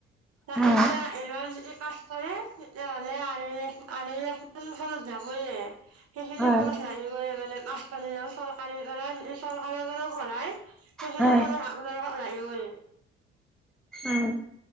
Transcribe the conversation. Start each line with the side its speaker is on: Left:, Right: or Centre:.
Centre: হয়
Right: তে মানে এইবাৰ যদি পাছ কৰে তেতিয়া হ'লে আঢ়ৈ লাখ আঢ়ৈ লাখ মান যাবইয
Centre: হয়
Right: খত লাগিবই মানে। মাছ পালেও চৰকাৰী পৰা চৰকাৰৰ পৰাও কৰাই সেইখিনি
Centre: হয়
Right: সময়ত মানুহবিলাকে অ আহিবই।
Centre: উ